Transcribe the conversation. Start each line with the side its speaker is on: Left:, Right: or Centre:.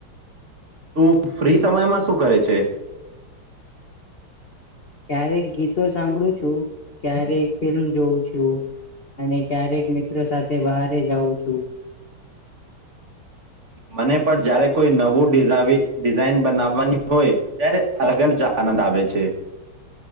Right: તું ફ્રી સમયમાં શું કરે છે
Left: ક્યારેક ગીતો સાંભળું છું ક્યારેક ફિલ્મ જોઉું છું અને ક્યારેક મિત્રો સાથે બહારે જાઉં છું
Right: મને પણ જ્યારે કોઈ નવું ડિઝાઇન બનાવવાની હોય ત્યારે અલગલ જ આનંદ આવે છે